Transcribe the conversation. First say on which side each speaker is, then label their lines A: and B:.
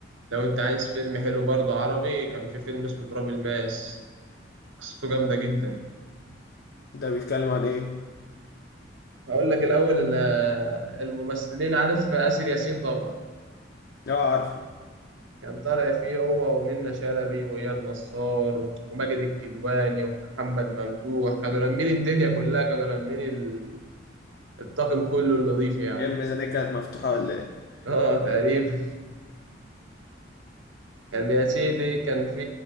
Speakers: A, on the right; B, on the left.
A: لو انت عايز فيلم حلو برضه عربي كان في فيلم اسمه تراب الماس قصته جامدة جدا
B: ده بيتكلم عن إيه؟
A: هقول لك الاول ال- آه، الممثلين عارف آسر ياسين طبعا
B: آه عارفه
A: كان طالع فيه هو ومنة شلبي وإياد نصار وماجد الكدواني ومحمد ممدوح كانوا لامين الدنيا كلها كانوا لامين ال- الطاقم كله النظيف يعني
B: هي الميزانية كانت مفتوحة ولا إيه؟
A: <laughs> اه تقريبا كان يا سيدي كان في